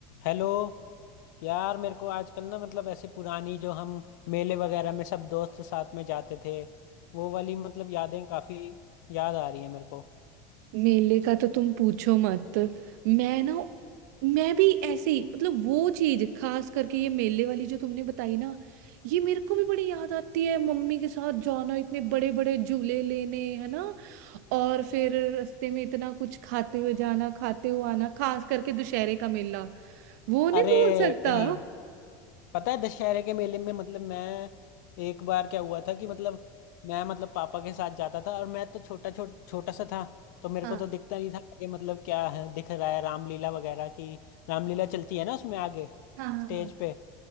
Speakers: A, on the left; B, on the right.
A: Hello यार मेरे को आजकल ना मतलब ऐसे पुरानी जो हम मेले वगैरह में सब दोस्त साथ में जाते थे वो वाली मतलब यादें काफी याद आ रही है मेरे को
B: मेले का तो तुम पूछो मत मैं ना मैं भी ऐसी मतलब वो चीज खास करके ये मेले वाली जो तुमने बताई ना ये मेरे को भी बड़ी याद आती है मम्मी के साथ जाना इतने बड़े बड़े झूले लेने है ना और फिर रास्ते में इतना कुछ खाते हुए जाना खाते हुए आना खास करके दुशहरे का मेला वो नहीं
A: अरे
B: भूल सकता
A: भाई पता है दशहरे के मेले में मतलब मैं एक बार क्या हुआ था कि मतलब मैं मतलब पापा के साथ जाता था और मैं तो छोटा छोटा छोटा सा था तो मेरे
B: हाँ
A: को तो दिखता नहीं था आगे मतलब क्या है दिख रहा है रामलीला वगैरह की रामलीला चलती है ना उसमें आगे
B: हाँ हाँ
A: स्टेज
B: हाँ
A: पे